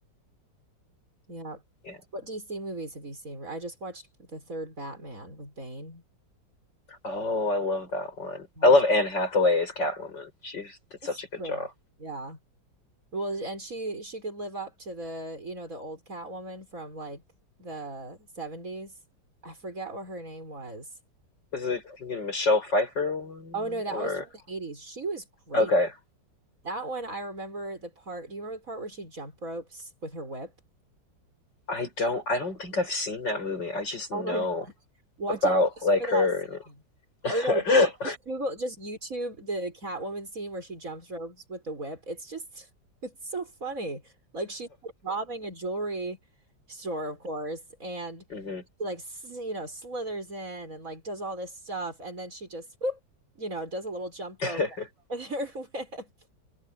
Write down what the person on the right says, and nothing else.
Yeah.
What DC movies have you seen? I just watched the third Batman with Bane.
I
watched
<laughs>
it's
great.
Yeah. Well, and she she could live up to the, you know, the old Catwoman from like the 70s. I forget what her name was.
Oh no, that
was from the 80s. She was great.
That one I remember the part. Do you remember the part where she jump ropes with her whip?
Oh
my God. Watch
it just
for that
scene.
Or no, just
just Google, just YouTube the Catwoman scene where she jumps ropes with the whip. It's just, <laughs> it's so funny. Like she's robbing a jewelry store, of course, and
like s- you know slithers in and like does all this stuff, and then she just whoop, you know, does a little jump
rope with her <laughs> whip.